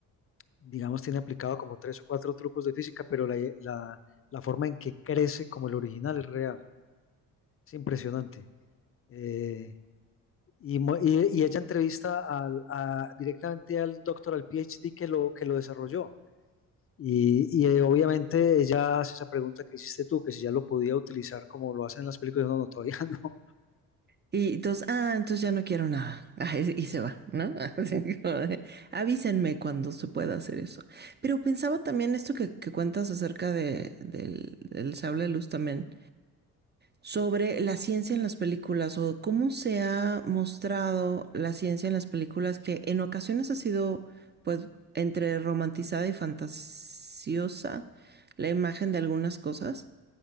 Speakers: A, on the left; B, on the right.
A: digamos, tiene aplicado como tres o cuatro trucos de física, pero la, la, la forma en que crece como el original es real, es impresionante. Eh, y, mo- y- y ella entrevista al- a- directamente al doctor, al PhD que lo, que lo desarrolló. Y, y, eh, obviamente ella hace esa pregunta que hiciste tú, que si ya lo podía utilizar como lo hacen en las películas. No, no, todavía <laughs> no.
B: Y entonces, ah, entonces ya no quiero nada. <laughs> Ah, y y se va, ¿no? <laughs> Así como de, avísenme cuando se pueda hacer eso. Pero pensaba también esto que, que cuentas acerca de, del, del sable de luz también. sobre la ciencia en las películas o cómo se ha mostrado la ciencia en las películas que en ocasiones ha sido pues entre romantizada y fantasiosa la imagen de algunas cosas